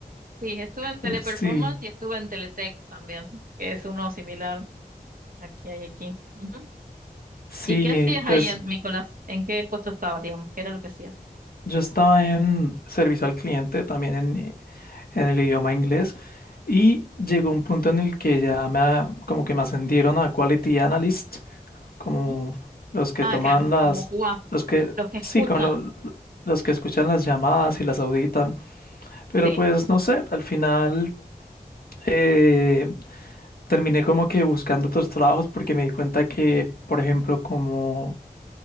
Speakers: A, on the right; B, on the left.
A: Sí, estuve en Teleperformance
B: Uf, Sí,
A: y estuve en Teletech también, que es uno similar aquí hay aquí. Ujú.
B: sí,
A: ¿Y qué hacías
B: pues
A: ahí, en- Nicolás? ¿En qué puesto estabas, digamos? ¿Qué era lo que hacías?
B: Yo estaba en servicio al cliente, también en, eh, en el idioma inglés, y llegó un punto en el que ya me, a- como que me ascendieron a Quality Analyst, como
A: ¿Mm?
B: los que
A: Ah,
B: toman
A: claro,
B: las,
A: como Cuba,
B: los que,
A: los que escuchan,
B: sí, con lo- los que escuchan las llamadas y las auditan, pero
A: sí,
B: pues no sé, al final eh, terminé como que buscando otros trabajos porque me di cuenta que, por ejemplo, como,